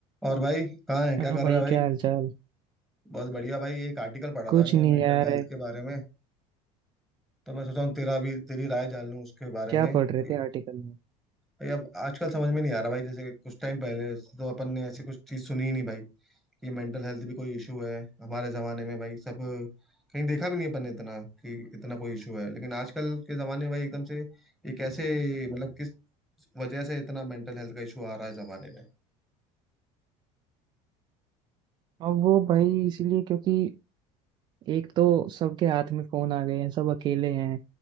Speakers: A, in the centre; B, on the right.
A: और भाई कहाँ है क्या
B: Hello
A: कर
B: भाई
A: रहा है भाई
B: क्या हाल चाल
A: बहुत बढ़िया भाई एक आर्टिकल पढ़ा
B: कुछ
A: था भाई मैं
B: नहीं
A: मेंटल
B: यार
A: हेल्थ
B: है
A: के बारे में तो मैं सोचा हूँ तेरा भी तेरी राय जान लूँ उसके बारे
B: क्या
A: में
B: पढ़
A: कि
B: रहे थे आर्टिकल में
A: भाई अब आजकल समझ में नहीं आ रहा भाई जैसे कुछ टाइम पहले तो अपन ने ऐसी कुछ चीज़ सुनी ही नहीं भाई कि मेंटल हेल्थ भी कोई इशू है हमारे ज़माने में भाई सब कहीं देखा भी नहीं अपन ने इतना कि इतना कोई इशू है लेकिन आजकल के ज़माने में भाई एकदम से ये कैसे मतलब किस वजह से इतना मेंटल हेल्थ का इशू आ रहा है ज़माने में
B: अब वो भाई इसलिए क्योंकि एक तो सबके हाथ में फोन आ गए हैं सब अकेले हैं